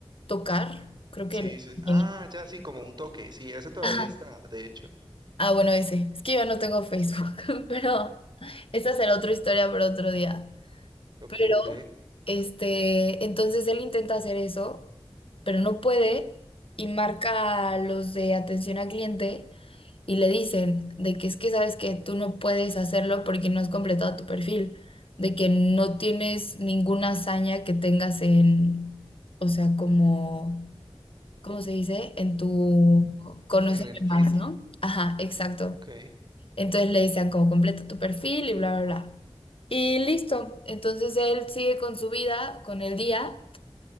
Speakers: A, on the left; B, on the right.
A: tocar, creo
B: Sí,
A: que la
B: sí.
A: página.
B: Ah, ya sí, como un toque. Sí, ese todavía
A: Ajá.
B: está, de hecho.
A: Ah, bueno, ese. Es que yo no tengo Facebook, <laughs> pero esa será otra historia para otro día.
B: Ok,
A: Pero,
B: ok.
A: este, entonces él intenta hacer eso, pero no puede y marca a los de atención al cliente y le dicen de que es que sabes que tú no puedes hacerlo porque no has completado tu perfil, de que no tienes ninguna hazaña que tengas en, o sea, como, ¿cómo se dice? En tu conocerme
B: En el
A: más,
B: fit.
A: ¿no? Ajá, exacto.
B: Ok,
A: Entonces le decían como completa tu perfil y bla, bla, bla. Y listo. Entonces él sigue con su vida, con el día.